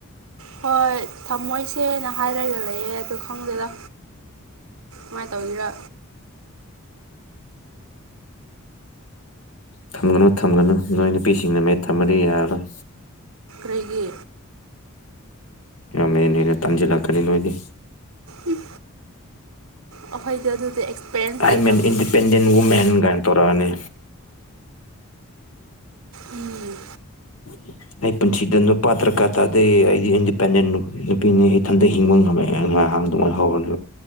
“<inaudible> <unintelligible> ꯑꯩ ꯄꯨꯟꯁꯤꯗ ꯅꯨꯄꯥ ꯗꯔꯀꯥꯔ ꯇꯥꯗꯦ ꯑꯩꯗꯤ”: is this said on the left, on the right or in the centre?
Left